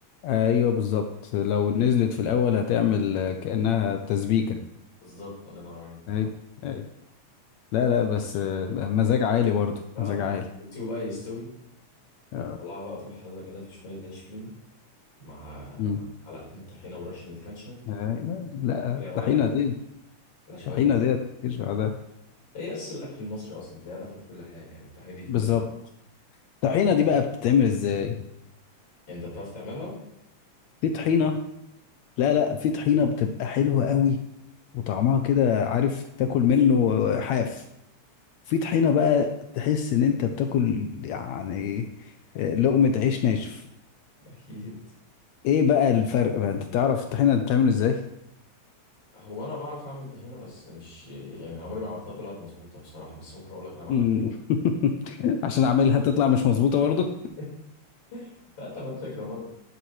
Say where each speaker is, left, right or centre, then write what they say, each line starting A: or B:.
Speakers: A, on the left; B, on the left.
A: ايوه بالظبط لو نزلت في الاول هتعمل آه، كانها تسبيكه
B: بالظبط الله ينور عليك
A: ايوه ايوه لا لا بس آه مزاج عالي برضه
B: اه
A: مزاج عالي
B: وتسيبه بقى يستوي وتطلعها
A: اه
B: بقى تروح حاططها كده في شوية عيش فينو مع
A: مم.
B: مع معلقتين طحينة ورشة الكاتشب
A: ايوه لا
B: كل
A: الطحينه
B: يا معلم
A: دي
B: أحلى شاورما
A: الطحينه
B: بره.
A: دي مفيش بعدها
B: هي أساس الأكل المصري أصلا تلاقيها داخلة في كل حاجة يعني الطحينة دي في
A: بالظبط
B: المشوي
A: الطحينه دي بقى بتتعمل ازاي
B: أنت بتعرف تعملها؟
A: في طحينه لا لا في طحينة بتبقى حلوة قوي وطعمها كده عارف تاكل منه حاف في طحينة بقى تحس ان انت بتاكل يعني آه، لقمة عيش ناشف
B: أكيد
A: ايه بقى الفرق بقى انت تعرف الطحينة بتتعمل ازاي
B: هو أنا بعرف أعمل طحينة بس مش يعني عمري ما عملتها طلعت مظبوطة بصراحة بس ممكن أقول لك أنا بعملها
A: مم. <laughs> عشان اعملها تطلع مش مظبوطة برضو
B: <laughs> لا تاخد فكرة برضه